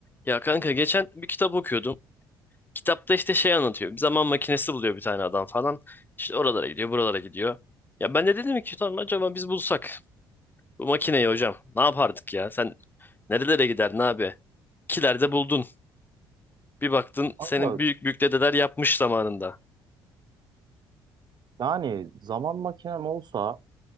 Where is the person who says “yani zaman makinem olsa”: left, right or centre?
Right